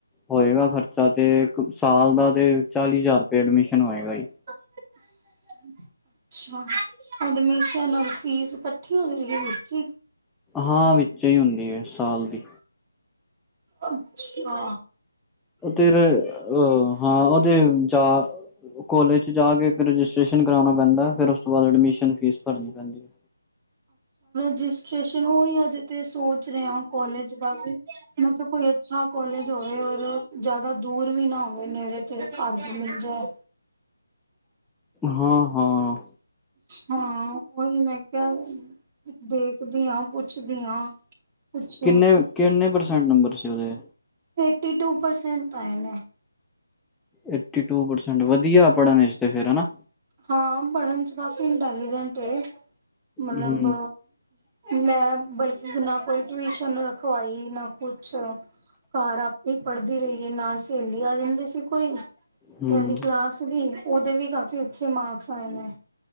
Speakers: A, in the centre; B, on the right.
A: ਹੋਏਗਾ ਖਰਚਾ ਤੇ ਇੱਕ ਸਾਲ ਦਾ ਤੇ ਚਾਲੀ ਹਜ਼ਾਰ ਰੁਪਏ ਐਡਮਿਸ਼ਨ ਹੋਏਗਾ ਜ
B: ਅੱਛਾ ਐਡਮਿਸ਼ਨ ਰ ਫੀਸ ਇਕੱਠੀ ਹੋਵੇਗੀੀ
A: ਹਾਂ ਵਿੱਚ ਹੀ ਹੁੰਦੀ ਹੈ ਸਾਲ ਦੀ
B: ਅੱਛਾ
A: ਿਰ ਅ ਹਾਂ ਉਹਦੇ ਜਾ ਕੋਲੇਜ ਚ ਜਾ ਕੇ ਰਜਿਸਟ੍ਰੇਸ਼ਨ ਕਰਾਉਣਾ ਪੈਂਦਾ ਫਿਰ ਉਸ ਤੋਂ ਬਾਅਦ ਐਡਮਿਸ਼ਨ ਫੀਸ ਭਰਨੀ ਪੈਂਦੀ ਹੈ
B: ਰਜਿਸਟ੍ਰਸ਼ਨ ਉਹੀ ਹਜੇ ਸੋਚ ਰਿਹਾ ਹੋ ਕਾਲਜ ਦਾ ਵੀ ਮਤਲਬ ਕੋਈ ਅੱਛਾ ਕੋਾਲਜ ਜਾਵੇ ਔਰ ਜ਼ਿਆਦਾ ਦੂਰ ਵੀ ਨਾ ਹੋਵੇ ਨੇੜੇ ਤੇੜੇ ਘਰ ਦੀ ਮਿਲ ਜਾਏ
A: ਹਾਂ ਹਾਂ
B: ਹਾਂ ਉਹੀ ਮੈਂ ਕਿਹਾ ਦੇਖਦੀ ਹਾਂ ਪੁੱਛਦੀ ਹਾਂ ਕੁਛ
A: ਕਿੰਨੇ ਕਿੰਨੇ ਠ ਨੰਬਰ ਸੀ ਉਹਦੇ
B: ਏਟੀ ਟੂ ਪਰਸੈਂਟ ਪੈ ਨੇ
A: ਏ ਟ ਪਰਸੈਂਟ ਵਧੀਆ ਪੜ੍ਹਨ ਵਿੱਚ ਤੇ ਫਿਰ ਹਨਾ
B: ਹਾਂ ਬਨ ਚ ਕਾਫੀ ਇੰਟੈਲੀਿਜੈਂਟ ਹੈ ਮਤਲਬ
A: ਹੂੰ
B: ਮੈਂ ਬਲਕਿ ਨਾ ਕੋਈ ਟਿਊਸ਼ਨ ਰਖਵਾਈ ਨਾ ਕੁਛ ਘਰ ਆਪੇ ਪੜ੍ਹਦੀ ਰਹੀਏ ਨਾਲ ਸਹੇਲੀ ਆ ਜਾਂਦੀ ਸੀ ਕੋਈ
A: ਹੂੰ
B: ਕਦੀ ਕਲਾਸ ਦੀ ਉਹਦੇ ਵੀ ਕਾਫੀ। ਅੱਛੇ ਮਾਰਕਸ ਆਏ ਨੇ।